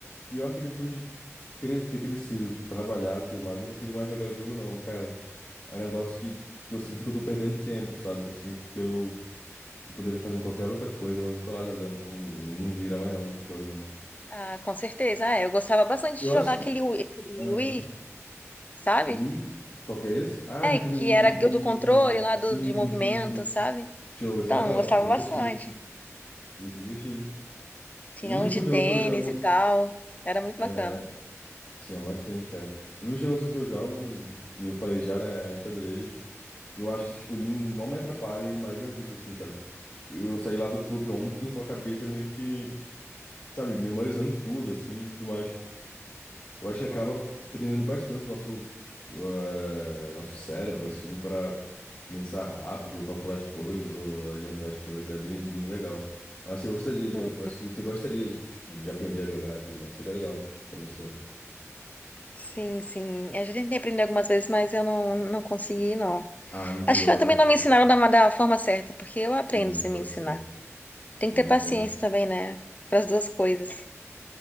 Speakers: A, on the left; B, on the left.
A: Pior que depois de cre- ter crescido, trabalhado e tudo mais, eu não consigo mais jogar jogo, não, cara. É um negócio que, que eu sinto que eu tô perdendo tempo, sabe? Que eu sinto que eu, que eu poderia fazer qualquer outra coisa, mas eu tô lá jogando, então não vira mais não, jogo não.
B: Ah, com certeza. Ah, é, eu gostava bastante
A: Eu
B: de jogar
A: acho que.
B: aquele Wii, aquele
A: Aham.
B: Wii, sabe?
A: Wii, qual que é esse? Ah,
B: É,
A: Nintendo
B: que
A: Wii,
B: era
A: entendi,
B: o do controle
A: entendi.
B: lá
A: Sim,
B: do, de
A: sim,
B: movimento,
A: sim, sim.
B: sabe?
A: Show, esse
B: Então,
A: é legal,
B: gostava
A: esse é divertido.
B: bastante.
A: Esse é divertido.
B: Tinha
A: O único
B: um de tênis
A: jogo que eu jogo.
B: e tal. Era muito
A: É...
B: bacana.
A: Tinha bastante, cara. O único jogo assim que eu jogo, que eu falei já, né, é xadrez. Eu acho que, tipo, ele não me atrapalha, ele mais me ajuda, assim, sabe? Eu eu saí lá do clube ontem com a cabeça meio que, sabe, memorizando tudo, assim, e tudo mais. Eu acho que acaba treinando bastante o nosso, eh, nosso cérebro, assim, para pensar rápido, calcular as coisas ou adiantar as coisas. É bem, bem legal. Eu acho que você gostaria de,
B: Hum,
A: jo- eu acho que você gostaria, tipo, de aprender a jogar e tudo mais. Seria legal para você.
B: Sim, sim. Eu já tentei aprender algumas vezes, mas eu não, não consegui, não.
A: Ah, não virou,
B: Acho que eu também
A: né?
B: não
A: Pode
B: me ensinaram
A: crer.
B: da, ma- da forma certa, porque eu aprendo
A: Sim,
B: sem
A: pode
B: me ensinar.
A: ser.
B: Tem
A: Sim,
B: que ter
A: entendo.
B: paciência também, né? Para as duas coisas.